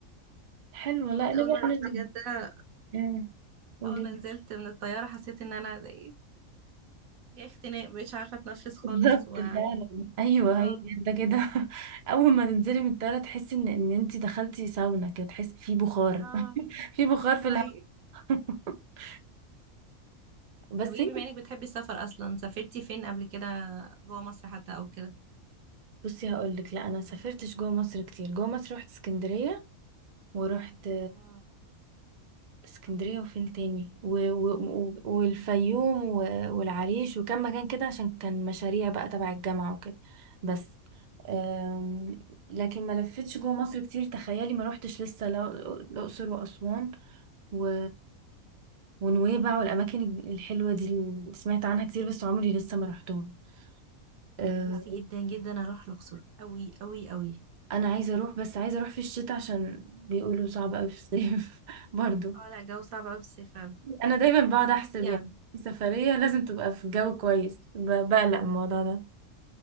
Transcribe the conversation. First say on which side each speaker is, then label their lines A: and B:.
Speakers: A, on the right; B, on the right.
A: حلو
B: أنا
A: لا
B: برضه
A: انا
B: أول
A: بقى
B: مرة رحت
A: أنا-
B: جدة
A: أمم. قولي.
B: اول ما نزلت من الطياره حسيت ان انا زي جاي اختناق مش عارفه اتنفس خالص
A: بالظبط
B: و
A: <laughs> فعلا ايوه
B: اه
A: هي ده كده <laughs> اول ما تنزلي من الطياره تحسي ان ان انت دخلتي ساونا كده تحسي في بخار
B: اه
A: <laughs> في بخار في
B: ده
A: الهواء
B: حقيقي
A: <laughs> بس
B: طب ايه
A: هي
B: بما انك بتحبي السفر اصلا سافرتي فين قبل كده جوه مصر حتى او كده
A: بصي هقول لك لا انا سافرتش جوه مصر كتير جوه مصر رحت اسكندريه ورحت
B: مم.
A: اسكندرية وفين تاني و... و... و... والفيوم و... والعريش وكم مكان كده عشان كان مشاريع بقى تبع الجامعة وكده بس أم... لكن ما لفتش جوه مصر كتير تخيلي ما روحتش لسه لو- الأقصر وأسوان و... ونويبع والأماكن الحلوة دي اللي سمعت عنها كتير بس عمري لسه ما روحتهم أه،
B: انا نفسي جدا جدا اروح الاقصر قوي قوي قوي
A: أنا عايزة أروح بس عايزة أروح في الشتاء عشان بيقولوا صعب أوي في الصيف <laughs> برضو
B: اه لا الجو صعب قوي في الصيف أوي.
A: انا دايما بقعد
B: بس
A: احسب
B: نفسي
A: يعني
B: قوي
A: في سفرية لازم تبقى في جو كويس ب- بقلق من الموضوع ده